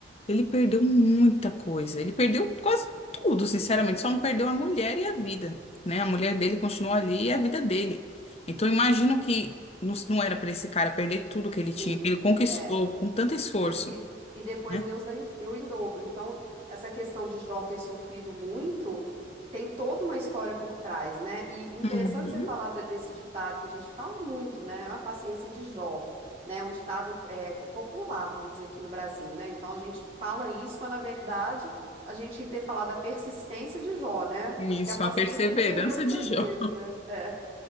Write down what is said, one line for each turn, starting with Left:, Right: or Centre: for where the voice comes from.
Left: ele perdeu muita coisa, ele perdeu quase tudo, sinceramente, só não perdeu a mulher e a vida, né? A mulher dele continuou ali e a vida dele. Então, eu imagino que não, não era para esse cara perder tudo que
Right: Sim,
Left: ele tinha, que ele conquistou
Right: é.
Left: com tanto esforço,
Right: E, re- e depois
Left: né?
Right: Deus dá em- deu em dobro. Então, essa questão de Jó ter sofrido muito tem toda uma história por trás, né? E interessante
Left: Uhum.
Right: você falar de- desse ditado que a gente fala muito, né? A paciência de Jó, né? Um ditado é, popular, vamos dizer, aqui no Brasil, né? Então, a gente fala isso, mas na verdade a gente tinha que ter falado a persistência de Jó, né?
Left: Isso,
Right: Porque a paciência
Left: a perseverança
Right: ele perdeu muitas
Left: de Jó.
Right: vezes, né? É